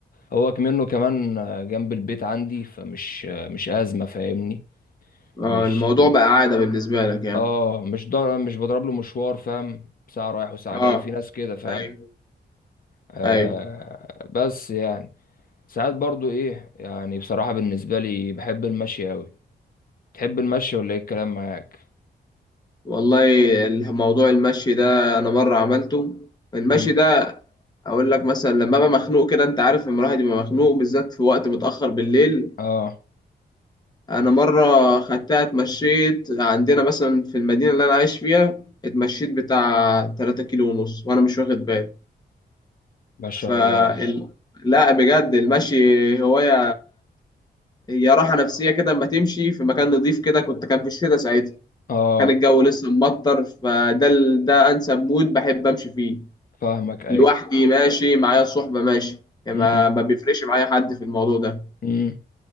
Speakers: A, on the left (about 55°); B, on the left (about 25°).
A: هو كمنه كمان جنب البيت عندي فمش مش أزمة فاهمني
B: اه
A: مش
B: الموضوع بقى عادة بالنسبة لك يعني
A: اه مش ضر... مش بضرب له مشوار فاهم ساعة رايح وساعة
B: اه
A: جاي في ناس كده فاهم
B: ايوه
A: آه
B: ايوه
A: بس يعني ساعات برضو ايه يعني بصراحة بالنسبة لي بحب المشي اوي تحب المشي ولا ايه الكلام معاك
B: والله الموضوع المشي ده انا مره عملته المشي
A: امم
B: ده اقول لك مثلا لما ابقى مخنوق كده انت عارف لما الواحد يبقى مخنوق بالذات في وقت متاخر بالليل
A: اه
B: انا مره خدتها اتمشيت عندنا مثلا في المدينه اللي انا عايش فيها اتمشيت بتاع 3 كيلو ونص وانا مش واخد بالي
A: ما شاء
B: ف ال-
A: الله
B: لا بجد المشي هوايه هي راحه نفسيه كده اما تمشي في مكان نظيف كده كنت كان في الشتاء ساعتها
A: اه
B: كان الجو لسه مبطر فده ال- ده انسب مود بحب امشي فيه
A: فاهمك ايوه
B: لوحدي ماشي معايا صحبة ماشي يعني
A: امم
B: ما ما بيفرقش معايا حد في الموضوع ده
A: امم